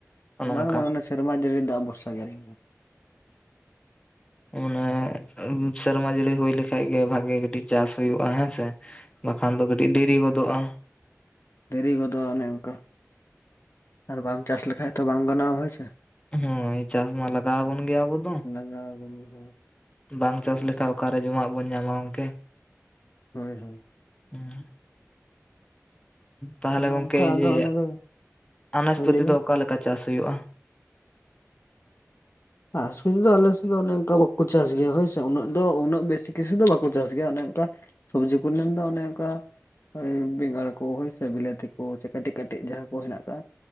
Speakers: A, on the left; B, on the left.
A: ᱚᱱᱚᱝᱠᱟ
B: ᱵᱟᱝ ᱵᱟᱝ ᱚᱱᱟ ᱥᱮᱨᱢᱟ ᱡᱟᱹᱲᱤ ᱫᱟᱜ ᱵᱷᱚᱨᱥᱟ ᱜᱮ ᱟᱹᱞᱤᱧ ᱦᱚᱸ
A: ᱚᱱᱟ ᱥᱮᱨᱢᱟ ᱡᱟᱹᱲᱤ ᱦᱩᱭ ᱞᱮᱠᱷᱟᱡ ᱜᱮ ᱵᱷᱟᱜᱮ ᱠᱟᱹᱴᱤᱡ ᱪᱟᱥ ᱦᱩᱭᱩᱜᱼᱟ ᱦᱮᱸ ᱥᱮ ᱵᱟᱠᱷᱟᱱ ᱫᱚ ᱠᱟᱹᱴᱤᱡ ᱫᱤᱨᱤ ᱜᱚᱫᱚᱜᱼᱟ᱾
B: ᱫᱤᱨᱤ ᱜᱚᱫᱚᱜᱼᱟ ᱚᱱᱮ ᱚᱱᱠᱟ ᱟᱨ ᱵᱟᱢ ᱪᱟᱥ ᱞᱮᱠᱷᱟᱡ ᱛᱚ ᱵᱟᱝ ᱜᱟᱱᱚᱜᱼᱟ ᱦᱳᱭ ᱥᱮ
A: ᱦᱳᱭ ᱪᱟᱥ ᱢᱟ ᱞᱟᱜᱟᱣ ᱟᱵᱚᱱ ᱜᱮᱭᱟ ᱟᱵᱚ ᱫᱚ
B: ᱞᱟᱜᱟᱣ ᱟᱵᱚᱱᱟ ᱦᱳᱭ
A: ᱵᱟᱝ ᱪᱟᱥ ᱞᱮᱠᱷᱟ ᱚᱠᱟᱨᱮ ᱡᱚᱢᱟᱜ ᱵᱚᱱ ᱧᱟᱢᱟ ᱜᱚᱝᱠᱮ
B: ᱦᱚᱭ ᱦᱚᱭ
A: ᱦᱮᱸ <unintelligible> ᱛᱟᱦᱚᱞᱮ
B: ᱚᱱᱮ
A: ᱜᱚᱝᱠᱮ
B: ᱚᱱᱠᱟ ᱟᱫᱚ
A: ᱡᱮ
B: ᱚᱱᱮ ᱫᱚ
A: ᱟᱱᱟᱡᱯᱟᱹᱛᱤ
B: ᱦᱳᱭ ᱞᱟᱹᱭ ᱵᱮᱱ
A: ᱫᱚ ᱚᱠᱟᱞᱮᱠᱟ ᱪᱟᱥ ᱦᱩᱭᱩᱜᱼᱟ
B: ᱟᱨᱩ ᱫᱚ ᱟᱞᱮᱥᱮᱫ ᱫᱚ ᱚᱱᱮ ᱚᱱᱠᱟ ᱵᱟᱠᱚ ᱪᱟᱥ ᱜᱮᱭᱟ ᱦᱚᱭ ᱥᱮ ᱩᱱᱟᱹᱜ ᱫᱚ ᱩᱱᱟᱹᱜ ᱵᱮᱥᱤ ᱠᱤᱪᱷᱩ ᱫᱚ ᱵᱟᱠᱚ ᱪᱟᱥ ᱜᱮᱭᱟ ᱚᱱᱮ ᱚᱱᱠᱟ ᱥᱚᱵᱽᱡᱤ ᱠᱚ ᱞᱮᱱ ᱫᱚ ᱚᱱᱮᱠᱟ ᱳ ᱵᱮᱸᱜᱟᱲ ᱠᱚ ᱦᱚᱭ ᱥᱮ ᱵᱤᱞᱟᱹᱛᱤ ᱠᱚ ᱥᱮ ᱠᱟᱹᱴᱤᱡ ᱠᱟᱹᱴᱤᱡ ᱡᱟᱦᱟᱸ ᱠᱚ ᱦᱮᱱᱟᱜ ᱟᱠᱟᱜ